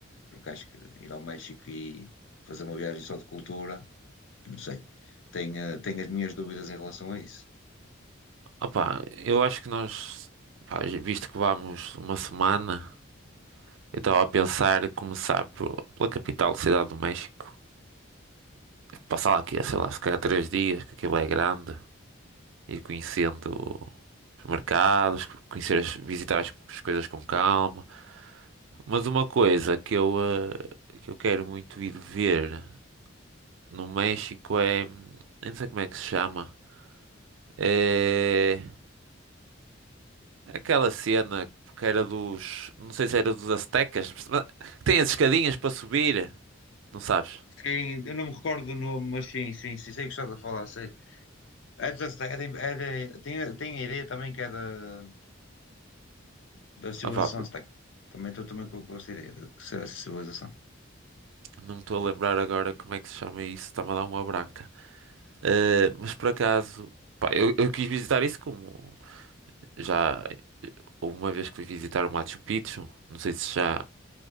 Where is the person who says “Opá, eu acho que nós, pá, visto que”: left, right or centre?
Right